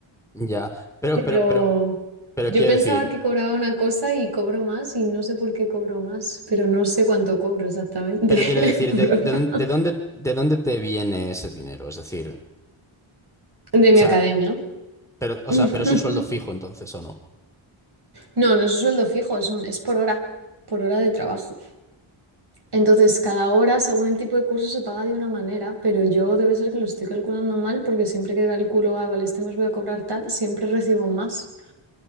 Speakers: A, in the centre; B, on the right.
A: Ya. Pero,
B: pero
A: pero, pero, pero
B: yo
A: quiero
B: pensaba
A: decir,
B: que cobraba una cosa y cobro más y no sé por qué cobro más, pero no sé cuánto cobro exactamente
A: pero
B: <laughs>
A: quiero decir,
B: por
A: ¿de,
B: hora
A: de dón- de dónde, de dónde te viene ese dinero? Es decir,
B: de mi
A: o sea,
B: academia.
A: eh, pero, o
B: <laughs>
A: sea, pero es un sueldo fijo entonces, ¿o no?
B: No, no es un sueldo fijo, es un, es por hora, por hora de trabajo. Entonces, cada hora, según el tipo de curso, se paga de una manera, pero yo debe ser que lo estoy calculando mal porque siempre que calculo, ah, vale, este mes voy a cobrar tal, siempre recibo más.